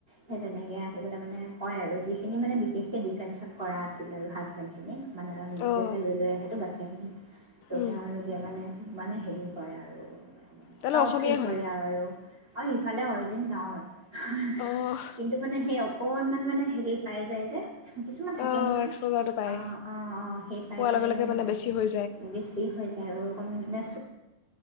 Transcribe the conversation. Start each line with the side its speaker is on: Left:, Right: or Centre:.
Right: সেই তেনেকৈ আহি পেলাই মানে হয় আৰু যিখিনি মানে বিশেষকৈ ডিফেন্সত কৰা আছিল আৰু হাজবেণ্ডখিনি। মানে আ', মিচেছে
Left: অঁ
Right: লৈ- লৈ আহেটো বা চাহনি তো',
Left: উম
Right: তেওঁলোকে মানে মানে হেৰি কৰে আৰু
Left: তেনে
Right: প্ৰাউড
Left: অসমীয়াই
Right: ফিল কৰে
Left: হয়
Right: আৰু অ', ইফালে অৰিজিন গাঁৱৰ। হ ',- হ
Left: অঁ
Right: ', কিন্তু মানে সেই অকণমান মানে হেৰি পাই যায় যে। কিছুমান থাকে
Left: অঁ
Right: নহয়
Left: এক্সপ'জাৰটো পায়
Right: অঁ ',- অঁ ', -অঁ ', সেই পাই
Left: পোৱাৰ
Right: পেলাই
Left: লগে লগে
Right: মানে নিজক
Left: বেছি হৈ
Right: বেছি হৈছে তেওঁ আৰু অকমান বিকনে